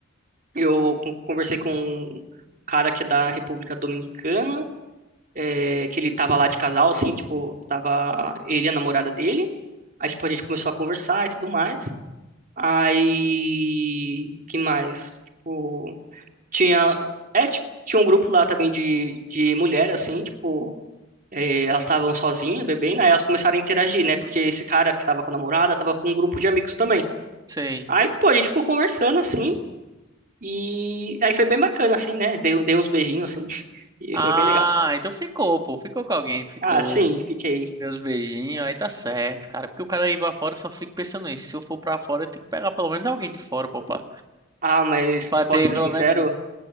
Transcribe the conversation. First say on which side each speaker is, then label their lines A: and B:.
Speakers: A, on the right (about 40°); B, on the right (about 20°).
A: eu con- conversei com um cara que é da República Dominicana, é, que ele tava lá de casal, assim, tipo, tava ele e a namorada dele. Aí, tipo, a gente começou a conversar e tudo mais. Aí, que mais? Tipo, tinha, é, tipo, tinha um grupo lá também de, de mulher, assim, tipo, é, elas estavam sozinhas, bebendo, aí elas começaram a interagir, né? Porque esse cara que tava com a namorada tava com um grupo de amigos também.
B: Sei.
A: Aí, tipo, a gente ficou conversando, assim, E aí foi bem bacana, assim, né? Dei, dei uns beijinhos, assim, <laughs> e
B: Ah,
A: foi bem legal.
B: então ficou, pô. Ficou com alguém, ficou.
A: Ah, sim, fiquei.
B: Meus beijinhos, aí tá certo, cara. Porque o cara ir pra fora, eu só fico pensando nisso. Se eu for pra fora, eu tenho que pegar pelo menos alguém de fora, pô, pra,
A: Ah, mas
B: pra ter
A: posso ser
B: pelo
A: sincero,
B: menos.